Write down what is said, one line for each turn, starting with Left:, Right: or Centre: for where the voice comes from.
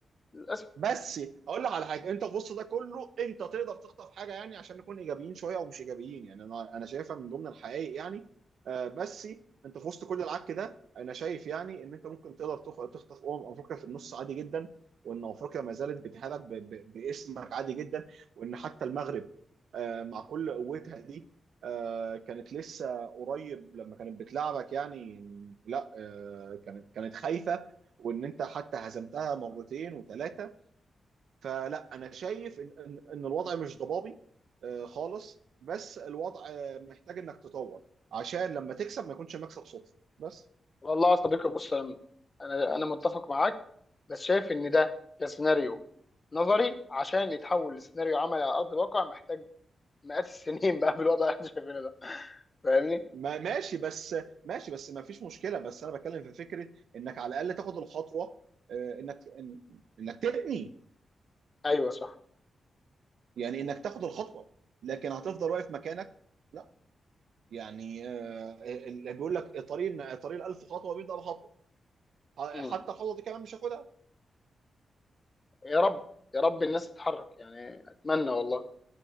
Left: للاسف
Right: بس اقول لك على حاجه انت في وسط ده كله انت تقدر تخطف حاجه يعني عشان نكون ايجابيين شويه او مش ايجابيين يعني انا انا شايفها من ضمن الحقائق يعني آه، بس انت في وسط كل العك ده انا شايف يعني ان انت ممكن تقدر تخ- تخطف امم افريقيا في النص عادي جدا وان افريقيا ما زالت بتهابك ب- ب- باسمك عادي جدا وان حتى المغرب آه، مع كل قوتها دي آه، كانت لسه قريب لما كانت بتلعبك يعني لا آه، كانت كانت خايفه وان انت حتى هزمتها مرتين وثلاثه فلا انا شايف ان ان إن الوضع مش ضبابي آه، خالص بس الوضع آه، محتاج انك تطور عشان لما تكسب ما يكونش مكسب صدفه بس
Left: والله يا صديقي بص انا انا أنا متفق معاك بس شايف ان ده كسيناريو نظري عشان يتحول لسيناريو عملي على ارض الواقع محتاج مئات السنين بقى بالوضع اللي احنا شايفينه ده فاهمني
Right: ما ماشي بس ماشي بس ما فيش مشكله بس انا بتكلم في فكره انك على الاقل تاخد الخطوه آه، انك إن- انك تبني
Left: ايوه صح
Right: يعني انك تاخد الخطوه لكن هتفضل واقف مكانك لا يعني آه، اللي بيقول لك طريق طريق الألف خطوه بيبدا بخطوه ح-
Left: مم.
Right: حتى الخطوه دي كمان مش هاخدها
Left: يا رب يا رب الناس تتحرك يعني اتمنى والله